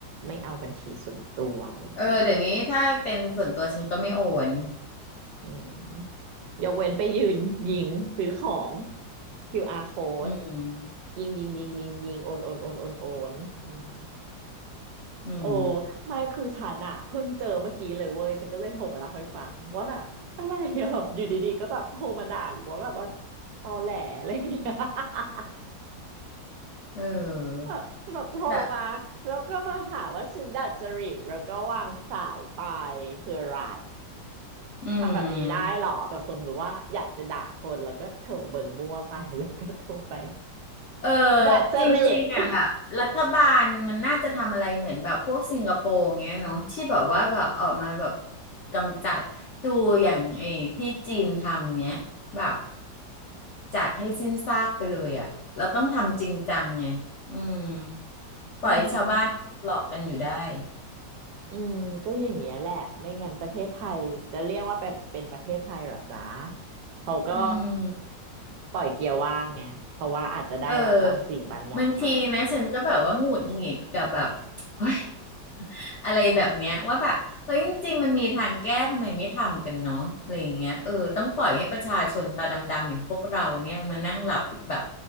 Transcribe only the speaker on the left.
เออเดี๋ยวนี้ถ้าเป็นส่วนตัวฉันก็ไม่โอน
อืม
อืม
เออ
แบบ
อืม
เออ
จริงๆอ่ะแบบรัฐบาลมันน่าจะทำอะไรเหมือนแบบพวกสิงคโปร์อย่างเงี้ยเนาะที่แบบว่าแบบออกมาแบบ
กำจัดดูอย่างไอ้ที่จีนทำเนี้ยแบบจัดให้สิ้นซากไปเลยอ่ะเราต้องทำจริงจังไงอืมปล่อยให้ชาวบ้านหลอกกันอยู่ได้
อืม
เออบางทีนะฉันก็แบบว่าหงุดหงิดกับแบบเฮ้ย <laughs> อะไรแบบเนี้ยว่าแบบเฮ้ยจริงๆมันมีทางแก้ทำไมไม่ทำกันเนาะอะไรอย่างเงี้ยเออต้องปล่อยให้ประชาชนตาดำๆอย่างพวกเราเนี่ยมานั่งหลับแบบ